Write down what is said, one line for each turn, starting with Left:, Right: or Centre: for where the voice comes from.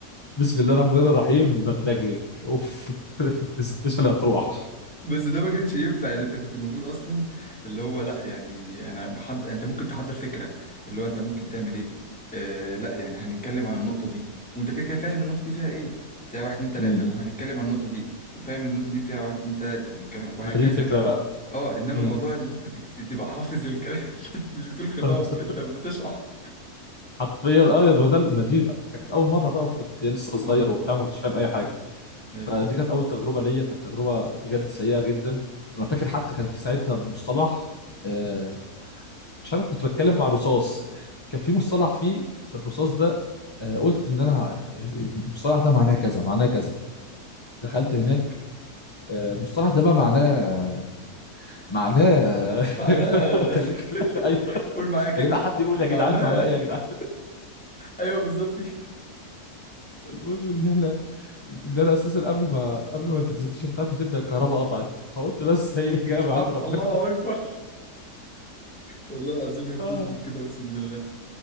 Left: بسم الله الرحمن الرحيم بتلجلج اوف <laughs> البرزنتيشن هتروح
Centre: بس ده ما كانش ينفع يعني انت كنت المفروض اصلا اللي هو لا يعني انا بحض انت ممكن تحضر فكره اللي هو انت ممكن تعمل ايه آه لا يعني هنتكلم عن النقطه دي وانت كده كده فاهم النقطه دي فيها ايه فيها واحد اتنين تلاته
Left: م-
Centre: وهنتكلم
Left: م.
Centre: عن النقطه دي وفاهم النقطه دي فيها واحد اتنين تلاته ونتكلم وهكذا
Left: ما دي الفكره بقى
Centre: اه انما
Left: م.
Centre: موضوع اللي انت تك- تبقى حافظ الكلام <laughs> انت مش بتقول خطاب
Left: <laughs>
Centre: انت بتشرح
Left: حرفيا اه يا ده ما دي كانت اول مره بقى وكنت لسه صغير
Centre: امم
Left: وبتاع مش فاهم اي حاجه
Centre: ايوه
Left: فدي كانت اول تجربه ليا كانت تجربه بجد سيئه جدا انا فاكر حتى كان في ساعتها مصطلح آه، مش عارف كنت بتكلم مع رصاص كان في مصطلح فيه في الرصاص ده آه، قلت ان انا ه- المصطلح ده معناه كذا معناه كذا دخلت هناك آه، المصطلح ده بقى معناه آه، معناه
Centre: بعدها
Left: <laughs> وتليت بقى
Centre: <laughs>
Left: ايوه
Centre: قول معايا كده
Left: يا جدعان حد يقول يا
Centre: معناها
Left: جدعان معناه ايه يا جدعان
Centre: <laughs> ايوه بالظبط كده
Left: <laughs> المهم ان احنا اللي انا اساسا قبل ما قبل ما البرزنتيشن بتاعتي تبدا الكهرباء قطعت فقلت بس <laughs> هي جايه من عند
Centre: حمد
Left: ربنا
Centre: الله اكبر والله العظيم هي بتظبط
Left: آه.
Centre: كده اقسم بالله